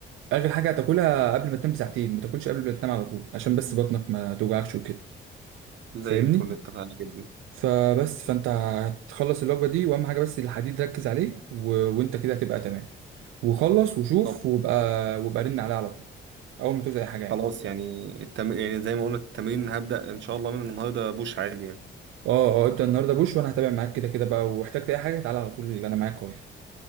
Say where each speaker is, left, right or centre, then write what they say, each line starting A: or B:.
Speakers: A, on the right; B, on the right.
A: اخر حاجه هتاكلها قبل ما تنام بساعتين ما تاكلش قبل ما تنام على طول عشان بس بطنك ما توجعكش وكده
B: زي
A: فاهمني
B: الفل اتفقنا جدا
A: فبس فانت هتخلص الوجبه دي واهم حاجه بس الحديد ركز عليه و... وانت كده هتبقى تمام وخلص وشوف
B: طب
A: وبقى وبقى رن عليها على طول اول ما توزع اي حاجه يعني
B: خلاص يعني التم... يعني زي ما قلنا التمرين هبدأ ان شاء الله من النهارده بوش عادي يعني
A: اه اه ابدا النهارده بوش وانا هتابع معاك كده كده بقى واحتجت اي حاجه تعالى على طول اللي انا معاك اهو يعني